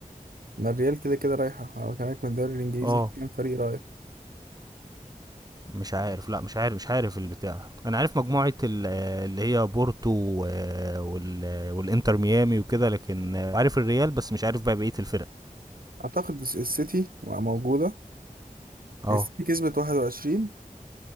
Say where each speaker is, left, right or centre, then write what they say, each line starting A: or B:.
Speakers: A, on the right; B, on the right.
A: ما الريال كده كده رايحة انا بكلمك من الدوري الانجليزي
B: اه
A: في كام فريق رايح
B: مش عارف لا مش عارف مش عارف البتاع انا عارف مجموعه ال- آه، اللي هي بورتو و- وال آه، والانتر ميامي وكده لكن آه، عارف الريال بس مش عارف بقى بقيه الفرق
A: اعتقد الس- السيتي موجودة
B: اه
A: السيتي كسبت 21